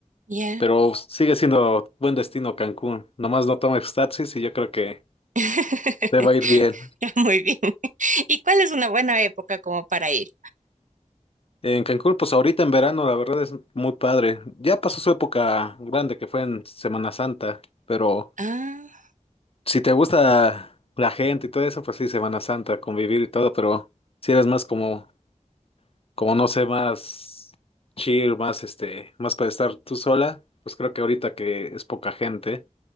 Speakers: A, on the right; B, on the left.
A: Ya.
B: pero sigue siendo buen destino Cancún, nomás no tomes taxis y yo creo que
A: <laughs>
B: te va a ir bien.
A: Muy bien. ¿Y cuál es una buena época como para ir?
B: En Cancún, pues ahorita en verano, la verdad es muy padre. Ya pasó su época grande que fue en Semana Santa, pero
A: Ah,
B: Si te gusta la gente y todo eso, pues sí, Semana Santa, convivir y todo, pero si eres más como, como no sé, más chill, más este, más para estar tú sola, pues creo que ahorita que es poca gente,